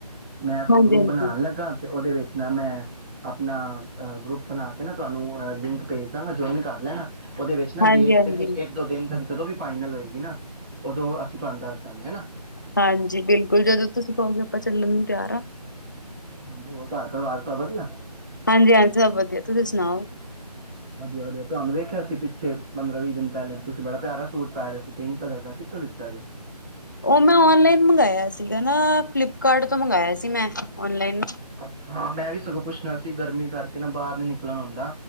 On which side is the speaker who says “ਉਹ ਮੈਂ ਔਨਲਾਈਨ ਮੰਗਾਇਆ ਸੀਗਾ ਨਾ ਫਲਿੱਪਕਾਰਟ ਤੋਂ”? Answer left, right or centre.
Left